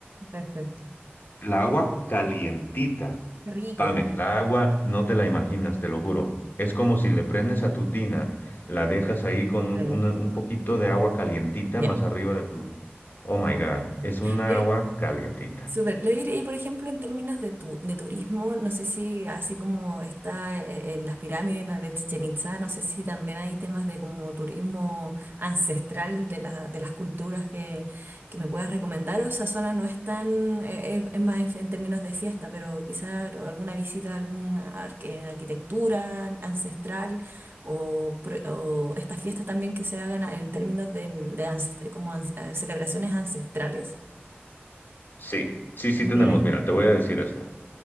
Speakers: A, on the right; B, on the left.
A: perfecto.
B: La agua calientita.
A: Qué rico
B: Pame, la agua no te la imaginas, te lo juro. Es como si le prendes a tu tina, la dejas ahí con un,
A: para ellos.
B: un poquito de agua calientita
A: Ya.
B: más arriba de tu... Oh my God, es una
A: Le-
B: agua calientita.
A: Súper. Lo diré, y por ejemplo, en términos de, tu- de turismo, no sé si así como está e- en, las pirámides, ¿no? de Chichen Itza, no sé si también hay temas de como turismo ancestral de, la, de las culturas que, que me puedas recomendar, o esa zona no es tan, eh, es, es más en, en términos de fiesta, pero quizá alguna visita a alguna arque- arquitectura ancestral o, pro- o estas fiestas también que se hagan en términos de, de ancest- como ans- eh, celebraciones ancestrales.
B: Sí, sí, sí
A: También
B: tenemos.
A: hay.
B: Mira, te voy a decir esto.